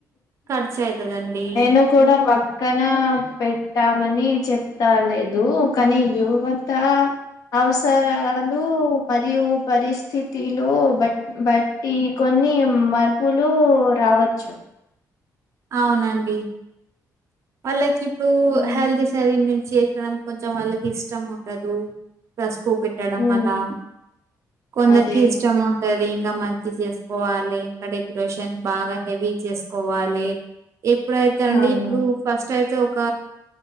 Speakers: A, on the right (about 45°); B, on the left (about 60°).
A: ఖర్చు అయితదండి
B: న కూడా పక్కన పెట్టామని చెప్త లేదు కానీ యువతా అవసరాలు మరియు పరిస్థితిలు బట్టి బట్టి కొన్ని మర్పులు రావచ్చు
A: అవునండి వాళ్ళకి ఇప్పుడు
B: ఉమ్
A: హెల్దీ శరీం మిల్క్ షేక్ <inaudible> కొంచెం వాళ్ళకి ఇష్టం ఉండదు పసుపు పెట్టడం
B: ఉమ్,
A: అలా కొందరికి
B: అదే
A: ఇష్టం మున్ టది ఇంకా మంచి చేసుకోవాలి ఇంకా డెకరేషన్ బాగా హెవీ చేసుకోవాలి ఎప్పుడైతేనండి
B: అవును
A: ఇప్పుడు ఫస్ట్ అయితే ఒక